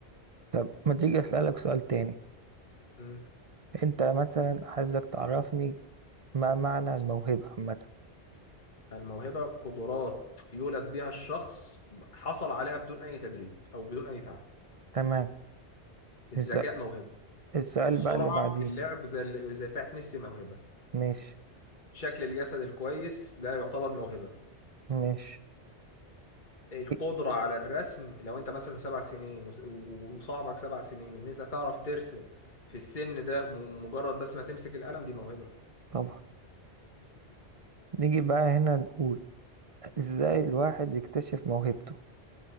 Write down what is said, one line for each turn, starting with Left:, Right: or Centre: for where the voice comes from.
Right: طب ما تيجي أسألك سؤال تاني
Left: مم.
Right: انت مثلا عايزك تعرفني ما معنى الموهبة عامة
Left: الموهبة قدرات يولد بها الشخص حصل عليها بدون أي تدريب أو بدون أي تعب
Right: تمام
Left: الذكاء
Right: الس-
Left: موهبة
Right: السؤال
Left: السرعة
Right: بقى اللي بعديه
Left: في اللعب زي زي بتاعت ميسي موهبة
Right: ماشي
Left: شكل الجسد الكويس ده يعتبر موهبة
Right: ماشي
Left: القدرة
Right: إيه،
Left: على الرسم لو انت مثلا سبع سنين وس- و- وصاحبك سبع سنين ان انت تعرف ترسم في السن ده م- مجرد بس ما تمسك القلم دي موهبة
Right: طبعا نيجي بقى هنا نقول ازاي الواحد يكتشف موهبته